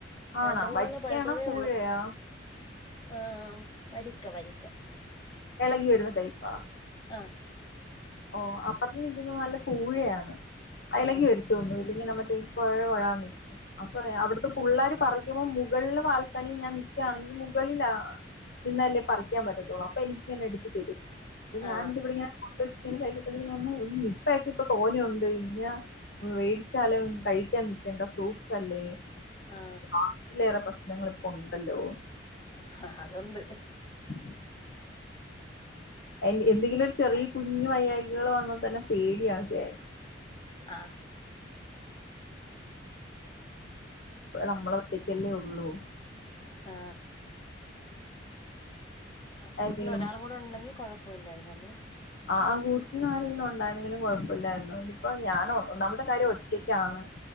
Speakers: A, on the left; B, on the left.
A: ആണോ
B: രണ്ട മൂന്നെണ്ണം
A: വരിക്കയാണോ
B: പഴുത്തതേ
A: കൂഴയാ
B: ഉള്ളു. ആ, വരിക്ക, വരിക്ക.
A: ഇളകി വരുന്ന ടൈപ്പാ?
B: ആ.
A: ഓ, അപ്പുറത്ത് നിക്കുന്നത് നല്ല പൂഴയാണ്, ഇളകി
B: ആ
A: വര്തയൊന്നുല്ല. അല്ലെങ്കിൽ നമ്മ <unintelligible> കുഴന്നിരിക്കും. അപ്പ അവിടുത്തെ പിള്ളാര് പറക്കുമ്പോൾ മുകളിലെ ബാൽക്കണി ഞാൻ നിക്കാണെങ്കിൽ മുകളിലാ നിന്നല്ലേ പറിക്കാൻ പറ്റത്തുള്ളൂ. അപ്പൊ എനിക്കിങ്ങനെ എടുത്ത് തരും. അപ്പൊ ഞാനിതിവിടെ
B: ആ
A: ഇങ്ങനെ കഴിച്ചിട്ട് ഇങ്ങനെ കഴിച്ചിട്ട് ഇങ്ങനെ തോന്നും, നിപ്പ ഒക്കെ തോന്നുണ്ട് ഇങ്ങനെ വേടിച്ചാലേ ഇതൊന്നു കഴിക്കാൻ നിക്കണ്ട ഫ്രൂട്സ് അല്ലേ.
B: ആ
A: അതിലേറെ പ്രശ്നങ്ങൾ ഇപ്പൊ ഉണ്ടല്ലോ.
B: ആ അതൊണ്ട്.
A: <inaudible> എ, എന്തെങ്കിലും ഒരു ചെറിയ കുഞ്ഞഞ് വയ്യയ്കൾ വന്ന തന്നെ പേടിയാണ് ചേട്ട
B: ആഹ്.
A: നമ്മളെ ഒറ്റയ്ക്കല്ലേ ഉള്ളൂ.
B: ആ ആ കൂട്ടിന്
A: എന്തെങ്കിലും
B: ഒരാളും കൂടെ ഉണ്ടെങ്കി കൊഴപ്പല്ലായിരുന്നല്ലേ.
A: ആ, ആ കൂട്ടി ന് ആരെങ്കിലും ഉണ്ടാ യിരുന്നെങ്കിലും കുഴപ്പല്ലായിരുന്നു. ഇതിപ്പോ ഞാൻ നമ്മുടെ കാര്യം ഒ റ്റക്കാണ്.